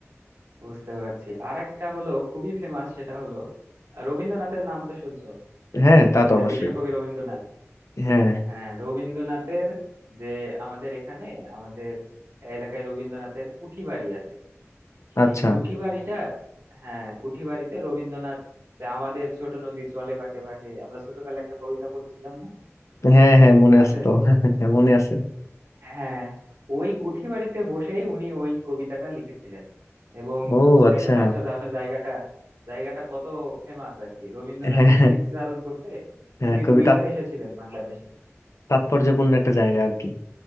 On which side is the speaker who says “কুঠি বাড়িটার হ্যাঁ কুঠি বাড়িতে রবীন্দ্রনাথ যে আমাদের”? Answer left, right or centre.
Right